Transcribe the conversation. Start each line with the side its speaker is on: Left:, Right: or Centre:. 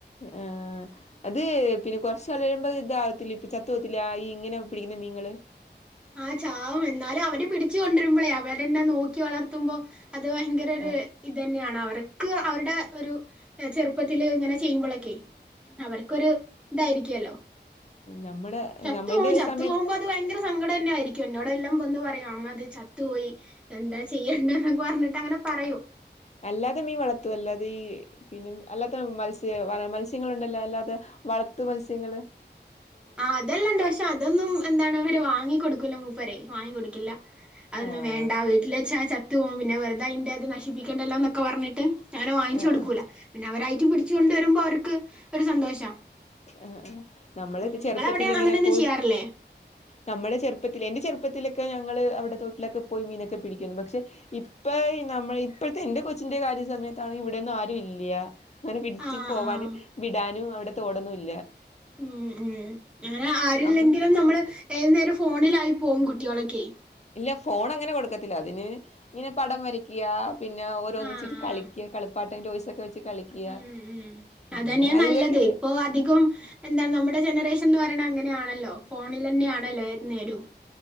Left: ആഹ് അത് പിന്നെ കുറച്ച് കഴിയുമ്പോ ഇതാവത്തില്ലെ ഇപ്പ ചത്തുപോവത്തില്ലെ ഇങ്ങനെ പിടിക്കുന്ന നിങ്ങൾ
Centre: ആ ചാവും എന്നാലും അവർ പിടിച്ച് കൊണ്ടു വരുമ്പോഴേ അവർ തന്നെ നോക്കി വളർത്തുമ്പോൾ അത് ഭയങ്കര ഒരു
Left: ആ
Centre: ഇത് തന്നെയാണ് അവി- അവർക്ക് അവരുടെ ഒരു ചെറുപ്പത്തിൽ ഇങ്ങനെ ചെയ്യുമ്പോഴൊക്കെ അവർക്കൊരു ഇതായിരിക്കോല്ലോ
Left: നമ്മടെ
Centre: ചത്തു
Left: നമ്മന്റെ
Centre: പോവും ചത്തു
Left: സമയത്ത്
Centre: പോവുമ്പോ അത് ഭയങ്കര സങ്കടന്നെ ആയിരിക്കും എന്നോട് എല്ലാം വന്ന് പറയും അമ്മ അത് ചത്ത് പോയി എന്താ ചെയ്യ പറഞ്ഞിട്ട് അങ്ങനെ പറയും
Left: അല്ലാതെ മീൻ വളർത്തുല്ലോ അല്ലാതെ ഈ അല്ലാത്ത മത്സ്യ മത്സ്യങ്ങളുണ്ടല്ലോ അല്ലാതെ വളത്തു മത്സ്യങ്ങൾ
Centre: ആ അതല്ലാണ്ട് പക്ഷെ അതൊന്നും എന്താണ് അവർ വാങ്ങി കൊടുക്കൂല്ല മൂപ്പര് വാങ്ങി കൊടുക്കില്ല അതൊന്നും
Left: ആഹ്
Centre: വേണ്ട വീട്ടിൽ വെച്ചാൽ ആ ചത്തു പോകും പിന്നെ വെറുതെ അയിൻ്റെ അത് നശിപ്പിക്കേണ്ടല്ലോന്നൊക്കെ പറഞ്ഞിട്ട് ഞാൻ വാങ്ങിച്ചു
Left: ആഹ്
Centre: കൊടുക്കൂല പിന്നെ അവരായിട്ട് പിടിച്ചു കൊണ്ട് വരുമ്പോ അവർക്ക് ഒരു സന്തോഷാ
Left: ആ ആ നമ്മളൊക്കെ
Centre: ഉം
Left: ചെറുപ്പത്തിലിങ്ങനെ
Centre: നിങ്ങളവിടെ അങ്ങനെയൊന്നും
Left: പോയി
Centre: ചെയ്യാറില്ലേ
Left: നമ്മളെ ചെറുപ്പത്തിലെ എന്റെ ചെറു ചെർപ്പത്തിലൊക്കെ ഞങ്ങള് അവിടെ തോട്ടിലൊക്കെ പോയി മീനൊക്കെ പിടിക്കുന്നു പക്ഷെ ഇപ്പൊ നമ്മൾ ഇപ്പോഴത്തെ എന്റെ കൊച്ച് എന്റെ കാര്യ സമയത്താണ് ഇവിടെന്നും ആരും ഇല്ല അങ്ങനെ പിടിച്ചുപോവാനും
Centre: ആഹ് ആഹ്
Left: വിടാനും അവിടെ തോടൊന്നുമില്ല
Centre: ഇമ് ഇമ് അങ്ങനെ ആരില്ലെങ്കിലും
Left: അമ്മ
Centre: നമ്മൾ ഏതു നേരം ഫോണിലാ- ആയി പോവും കുട്ടികളൊക്കെ
Left: ഇല്ല ഫോൺ അങ്ങനെ കൊടുക്കത്തില്ല അതിന് ഇങ്ങനെ പടം വരയ്ക്ക പിന്നെ ഓരോന്ന്
Centre: ആഹ്
Left: വെച്ച് കളിക്ക കളിപ്പാട്ടം ടോയ്സ് ഒക്കെ വെച്ച് കളിക്കുക
Centre: ഉം ഉം
Left: പിന്നെ
Centre: അതന്നെയാ
Left: അത്
Centre: നല്ലത്
Left: ഇതൊക്കെയുള്ളു
Centre: ഇപ്പൊ അധികം എന്താ നമ്മുടെ ജനറേഷൻ എന്ന് പറ അങ്ങനെയാണല്ലോ ഫോണിലന്നെയാണല്ലോ ഏത് നേരോം